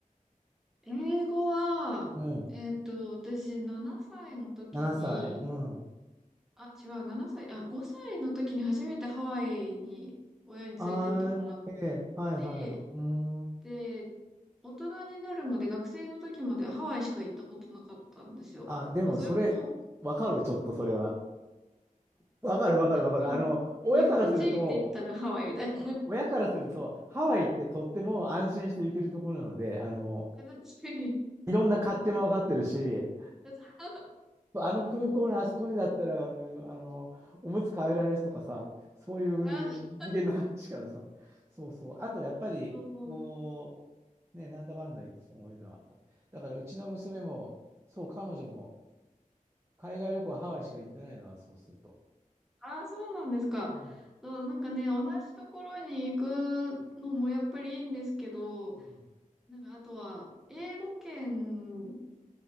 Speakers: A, in the centre; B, on the right.
A: 英語は、
B: うん。
A: えっと、私7歳の時に、
B: 7歳。うん。
A: あ、違う、7歳、あ、5歳の時に初めてハワイに親に連れてってもらっ
B: あー、ええ、はいはいはい。
A: で、
B: うん。
A: で、大人になるまで学生の時までハワイしか行ったことなかったんですよ。
B: あ、でもそれ、
A: まあ、それも、
B: わかる、ちょっとそれは。わかるわかるわかる。
A: もう、
B: あの、親からすると、
A: 日本人って言ったらハワイみたい
B: 親からすると、ハワイってとっても安心して行けるところなので、あの、
A: な。
B: いろんな勝手もわかってるし、
A: <laughs> 私
B: あの空港のあそこにだったら、あの、あのおむつ買えられる人とかさ、そういう次元の話からさ、
A: あ、
B: そうそう。あと、やっぱり、
A: そう、
B: こう、ね、なんだかんだ言って、その間、だから、うちの娘も、そう、彼女も、海外旅行はハワイしか行ってないのは、そうすると。
A: あ、そうなんですか。
B: うん
A: そう、なんかね、同じところに行くのもやっぱりいいんですけど、
B: うん
A: なんかあとは、英語圏ん